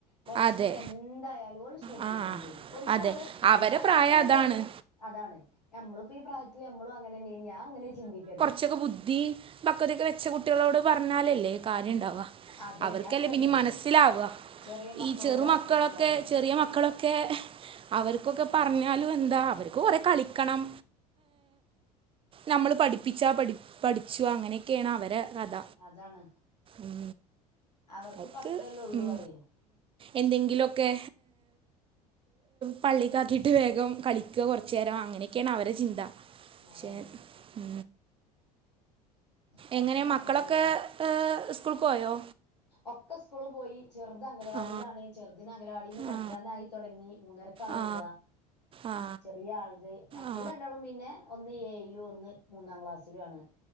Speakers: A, on the left; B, on the right.
A: കൊറച്ച്
B: അതെ
A: ഇഞ്ഞിപ്പഎന്തായാ ശ്രദ്ധിക്കൂലേ
B: ആ
A: ഓൽക്ക്‌ഓലെ
B: അതെ അവരെ
A: ഓൽക്ക് അത്രക്കിള്ളതൊള്ളൂ
B: പ്രായം അതാണ്
A: അതാണ് നമ്മളും ഇപ്പഈപ്രായത്തില് അമ്മളും അങ്ങനെന്നേനി ഞാഅങ്ങനെ ചിന്തിക്കല്
B: ച്ചക്കെ ബുദ്ധി പക്വതയൊക്കെവെച്ച കുട്ടികളോട്പറഞ്ഞാലല്ലേ കാര്യണ്ടാവ
A: അതന്നെ
B: അവർക്കല്ലേ
A: അത്ര
B: പിന്നിം
A: തന്നെ ഉള്ളൂ
B: മനസ്സിലാവ
A: ചെറിയ മക്കളോട്
B: ഈ ചെറുമക്കളൊക്കെ
A: പറഞ്ഞിട്ടൊന്നും കാര്യല്ല
B: ചെറിയ മക്കളൊ ക്കേ അവർക്കൊക്കെപറഞ്ഞാലും എന്താ അവർക്ക്കൊറെ കളിക്കണം നമ്മള്പഠിപ്പിച്ചാപഠി പഠിച്ചു അങ്ങനെക്കെയേണ അവരെകഥ
A: അതാണ്
B: ഉം
A: അവർക്കിപ്പ
B: അത്
A: അത്രല്ലേ ഉള്ളൂ
B: ഉം
A: പറയും
B: എന്തെങ്കിലുമൊക്കെ പള്ളിക്കാക്കീയിട്ട് വേഗം കളിക്കുക കുറച്ചുനേരം അങ്ങനെയൊക്കെയാണ് അവരുടെ ചിന്ത
A: അതന്നെ
B: ശെ ഉ
A: അവർക്കിപ്പ
B: എങ്ങനെ മക്കളൊക്കെ
A: അത്രല്ലേ ഉള്ളൂ
B: സ്കൂൾക്ക് പോയോ
A: ഒക്കെ സ്കൂള് പോയി ചെറുത് അംഗന വാടിയിലാണ്ചെറുതിനെ
B: ആ
A: അംഗന വാടിന്ന് കൊണ്ടുവരാനായി
B: ആ
A: തുടങ്ങി മൂന്നരക്കാണ്
B: ആ
A: വിടുക
B: ആ
A: ചെറിയ ആളത് മറ്റല്ല
B: ആ
A: രണ്ടാളും പിന്നെ ഒന്ന് ഏഴിലും ഒന്ന് മൂന്നാം ക്ലാസ്സിലും ആണ്